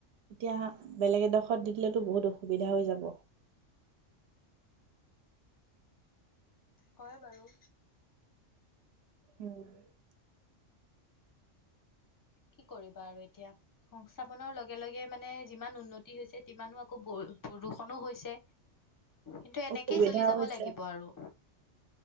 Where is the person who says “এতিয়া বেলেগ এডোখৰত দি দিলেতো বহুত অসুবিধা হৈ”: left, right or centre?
Right